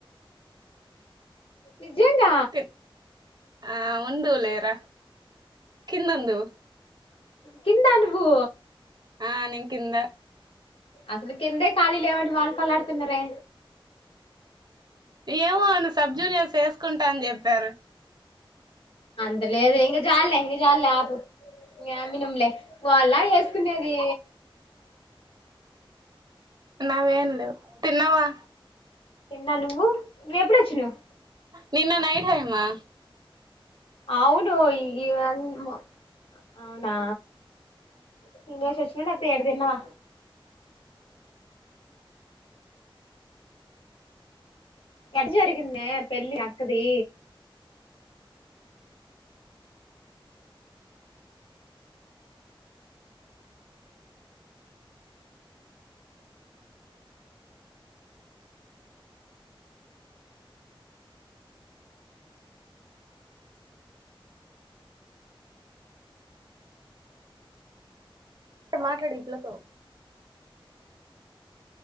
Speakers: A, on the left; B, on the right.
A: నిజేంగా
B: తిన్ ఆ ఉందువ్ లేరా కిన్నొందువ్
A: కిందా నువు
B: ఆ నేను కింద
A: అసలు కిందే ఖాళీ లేవంటే వాళ్ళు కొల్లాడుతున్నారే
B: ఏమో అను సబ్ జూనియర్స్ ఎసుకుంటా అని చెప్పారు
A: అంతలేదు ఇంకా జాలే ఇంకా జాలే ఆపు ఇంగ ఏం గుణం లే వాళ్ళా ఏసుకునేది
B: నావేం లేవు తిన్నావా
A: తిన్నా నువ్వు నువ్వెప్పుడోచ్చినావ్
B: నిన్న నైట్ హైమా
A: అవును ఈ అన్ మో అవునా తినేసోచిన నా <unintelligible> ఎట జరిగిందే పెళ్ళి మీ అక్కది
B: అ ఇదో మాట్లాడు ఈ పిల్లతో